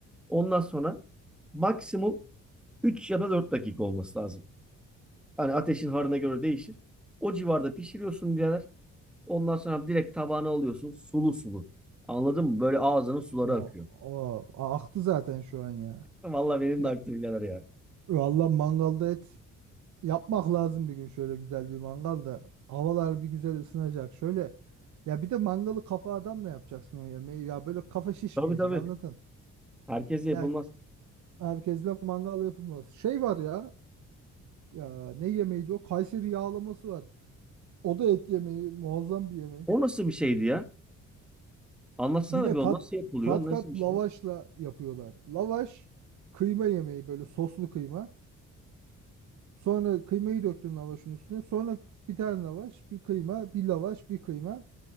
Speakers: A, in the centre; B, on the right.
A: Ondan sonra maksimum 3 ya da 4 dakika olması lazım. Hani ateşin harına göre değişir. O civarda pişiriyorsun birader. Ondan sonra direkt tabağına alıyorsun. Sulu sulu. Anladın mı? Böyle ağzının suları
B: O,
A: akıyor.
B: o, aktı zaten şu an ya.
A: Vallahi benim
B: Ya
A: de aktı birader ya.
B: valla mangalda et yapmak lazım bir gün şöyle güzel bir mangalda. Havalar bir güzel ısınacak. Şöyle ya bir de mangalı kafa adamla yapacaksın o yemeği. Ya böyle kafa şişmeyecek
A: Tabii tabii.
B: anladın?
A: Herkese yapılmaz.
B: Ya Herkesle mangal yapılmaz. Şey var ya, ya ne yemeğiydi o? Kayseri yağlaması var. O da et yemeği, muazzam bir yemek.
A: O nasıl bir şeydi ya? Anlatsana
B: Yine
A: bir
B: kat
A: o nasıl yapılıyor?
B: kat
A: Nasıl
B: kat
A: bir
B: lavaşla
A: şey?
B: yapıyorlar. Lavaş kıyma yemeği böyle soslu kıyma. Sonra kıymayı döktün lavaşın üstüne. Sonra bir tane lavaş, bir kıyma, bir lavaş, bir kıyma.